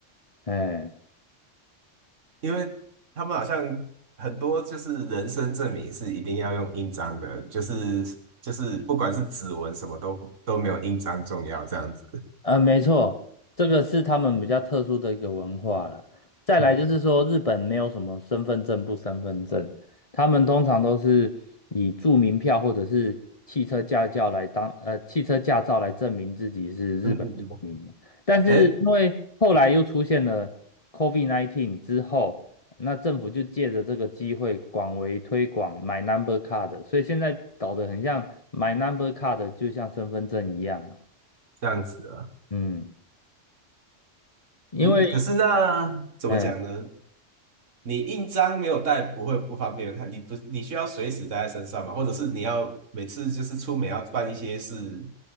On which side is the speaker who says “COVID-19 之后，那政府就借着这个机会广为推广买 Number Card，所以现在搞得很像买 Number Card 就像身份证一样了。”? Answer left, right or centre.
Left